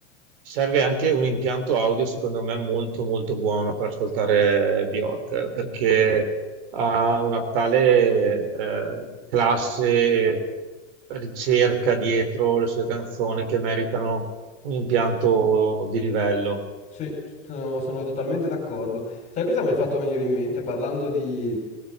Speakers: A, on the right; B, on the left.
A: Serve anche un impianto audio, secondo me, molto molto buono per ascoltare Bjork, perché ha una tale eh, classe, ricerca dietro le sue canzoni che meritano un impianto di livello.
B: Sì, sono, sono totalmente d'accordo. Sai cosa mi hai fatto venire in mente parlando di